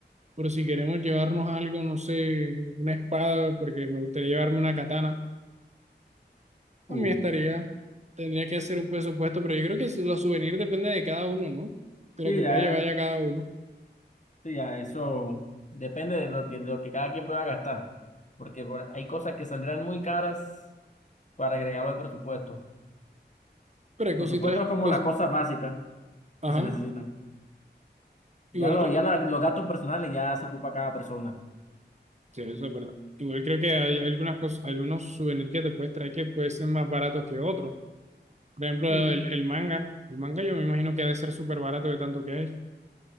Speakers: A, on the right; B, on the left.
A: Por si queremos llevarnos algo, no sé, una espada, porque me gustaría llevarme una katana. A
B: Uh,
A: mí estaría, tendría que hacer un presupuesto, pero yo creo que si los souvenirs depende de cada uno, ¿no? De
B: sí,
A: lo que
B: ya.
A: puede llevar ya cada uno.
B: Sí, ya, eso depende de lo que, de lo que cada quien pueda gastar, porque por- hay cosas que saldrán muy caras para agregarlo al presupuesto.
A: Pero
B: El
A: hay cositas,
B: presupuesto es como
A: cos-
B: la cosa básica
A: ajá,
B: que se necesitan.
A: igual
B: Ya, lo,
A: creo,
B: ya la- los gastos personales ya se ocupa cada persona.
A: sí, eso es verdad. Igual creo que hay algunas cosas, algunos souvenirs que te puedes traer que pueden ser más baratos que otros. Por ejemplo,
B: Sí.
A: el, el manga. El manga yo me imagino que ha de ser súper barato de tanto que hay.